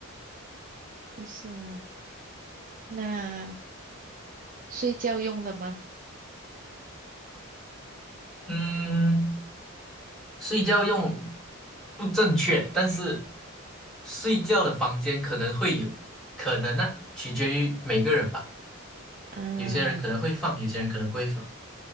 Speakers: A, on the right (about 40°); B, in the centre.
A: 不是，那睡觉用的吗？
B: 嗯，睡觉用不正确，但是睡觉的房间可能会有，可能呢、取决于每个人吧。
A: 啊，
B: 有些人可能会放，有些人可能不会放。